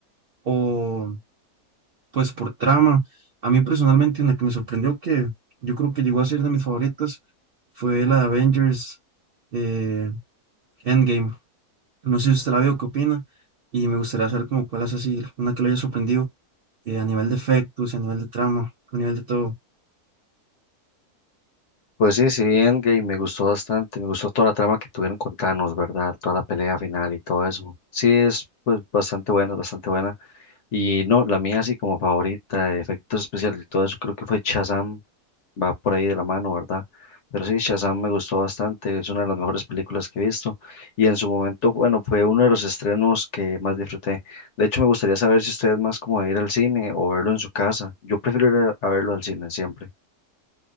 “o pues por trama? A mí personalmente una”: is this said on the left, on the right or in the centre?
Right